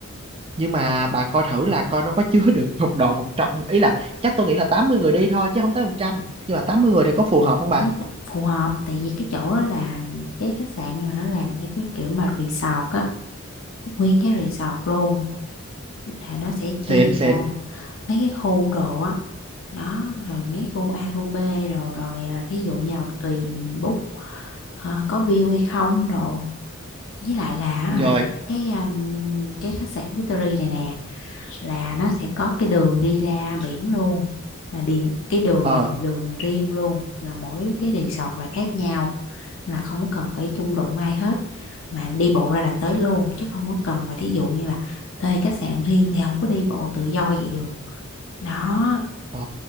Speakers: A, on the right; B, on the left.
A: nhưng mà bà coi thử là coi nó có chứa <laughs> được một đồ một trăm ý là chắc tôi nghĩ là tám mươi người đi thôi chứ không tới một trăm nhưng mà 80 người thì có phù hợp không
B: em
A: bà
B: biết là phù hợp tại vì cái chỗ đó là cái khách sạn nhưng mà nó làm theo cái kiểu mà resort á nguyên cái resort luôn là nó sẽ chia
A: xịn xịn
B: ra mấy cái khu đồ á đó rồi mấy khu A khu B rồi rồi à, thí dụ như là tùy mình book ờ, có view hay không đồ với lại là hả
A: rồi
B: cái um, cái khách sạn Victory này nè là nó sẽ có cái đường đi ra biển luôn là điền cái đường
A: ờ
B: này là đường riêng luôn là mỗi cái resort là khác nhau là không có cần phải chung đụng ai hết mà đi bộ ra là tới luôn chứ không có cần và thí dụ như là thuê khách sạn riêng thì không có đi bộ tự do vậy được đó
A: ờ